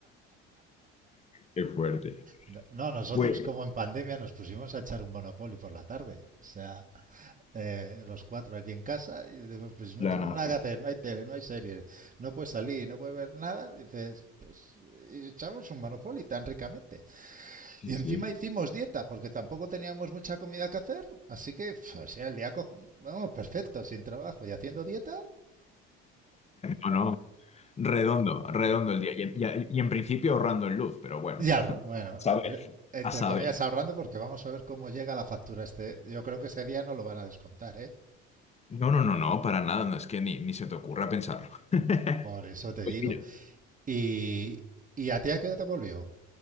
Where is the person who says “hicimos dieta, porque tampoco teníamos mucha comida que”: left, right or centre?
Right